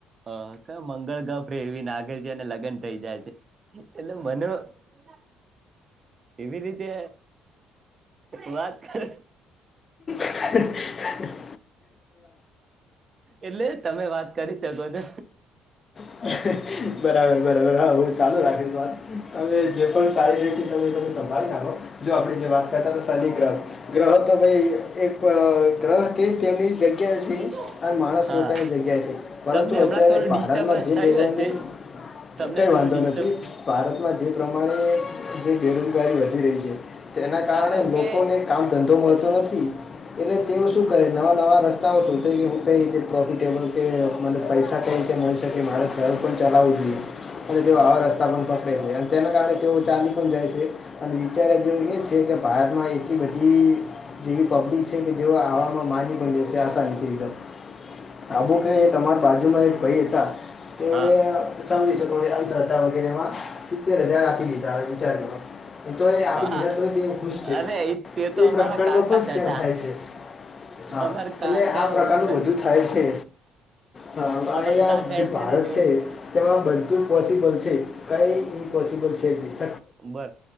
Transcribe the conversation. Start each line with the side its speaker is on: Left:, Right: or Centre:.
Right: હ મંગળ ગહ ફેરવી નાખે છે અને લગ્ન થઈ જાય છે એટલે મને કોઈ ના એવી રીતે વાત કરે
Left: હ
Right: એટલે તમે વાત કરી શકો છો
Left: હ. બરાબર -બરાબર હા હું ચાલુ રાખી વાત તમે જે પણ સા રહી છે સંભાળ નાખો જો આપણે જે વાત કરતા તો શનિ ગ્રહ ગ્રહ તો ભાઈ એક ગ્રહ કે તેમની જગ્યા
Right: છો
Left: માણસ
Right: હા
Left: પોતાની જગ્યા છે પરંતુ
Right: તમને હમણાં
Left: અત્યારે
Right: થોડું
Left: ભારતમાં
Right: ડિસ્ટર્બન્સ
Left: જે દવાની
Right: થયું હશે તમને
Left: કઈ
Right: થોડું
Left: વાંધો
Right: ડિસ્ટર્બ
Left: નથી ભારતમાં જે પ્રમાણે જે બેરોજગારી ર એના કારણે
Right: કારણ
Left: લોકોને
Right: કે
Left: કામ ધંધો નથી એટલે તેઓ શું કરે નવા- નવા રસ્તાઓ તો તો હું કઈ રીતે પ્રોફિટેબલ કે મને પૈસા કઈ રીતે મળી શકે મારે ઘમ પણ ચલાવવું જોઈએ અને તેઓ
Right: હા
Left: આવા રસ્તા પણ પકડે છે એમ તેના કારણે તેઓ ચાલી પણ જાય છે અને વિચાર જે એ છે કે ભારતમાં એટલી બધી જેવી પબ્લિક છે કે જે આવા ની આની આબુ કે તમારા બાજુમાં એક ભાઈ હતા. તે ઉ.
Right: હા
Left: સમકો અશ્રદ્ા વગેરે માં સિત્તેર હજાર રાખી દીધા વિચાર તો એ આપ
Right: હા
Left: દીધા તોય ખુશ છે
Right: અરે એ તે તો
Left: એ
Right: અમારા
Left: પ્રકારનો
Right: કાકા
Left: પણ
Right: જ
Left: કેમ
Right: હતા
Left: થાય છે. હા
Right: અમારા કાકા
Left: એટલે આ પ્રકારનું
Right: એવું જ કર્યું
Left: બધું થાય છે. હા અહીંયા
Right: અમાર કાકા
Left: જે
Right: અહિયાંને
Left: ભારત
Right: જેવું
Left: છે તેમાં બધું પોસિબલ છે કઈ મ્પોસિબલ છે દસ <unintelligible>
Right: બ